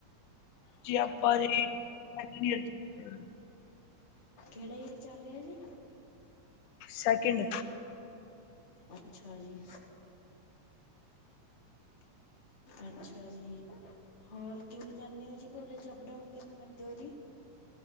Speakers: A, on the left; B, on the left.
A: ਜੀ ਆਪਾਂ ਜੀ ਸੈਕਿੰਡ ਈਅਰ ਚ ਹੈਗੇ ਆ।
B: ਕਿਹੜਾ ਈਅਰ ਚੱਲ ਰਿਹਾ ਜੀ?
A: ਸੈਕਿੰਡ।
B: ਅੱਛਾ ਜੀ। ਅੱਛਾ ਜੀ, ਹੋਰ ਕਿਵੇਂ ਜਾਨੇ ਓ ਜੀ ਕੋਲੇਜ ਅਪ-ਡਾਊਨ ਕਿਵੇਂ ਕਰਦੇ ਓ ਜੀ?